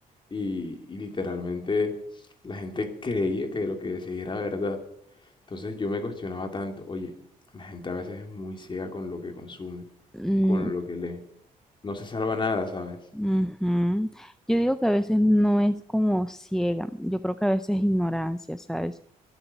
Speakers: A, on the left; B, in the centre.
A: Y, y literalmente la gente creía que lo que decía era verdad. Entonces yo me cuestionaba tanto, oye, la gente a veces es muy ciega con lo que consume,
B: Mm,
A: con lo que lee. No se salva nada, ¿sabes?
B: Ujú. Yo digo que a veces no es como ciega, yo creo que a veces es ignorancia, ¿sabes?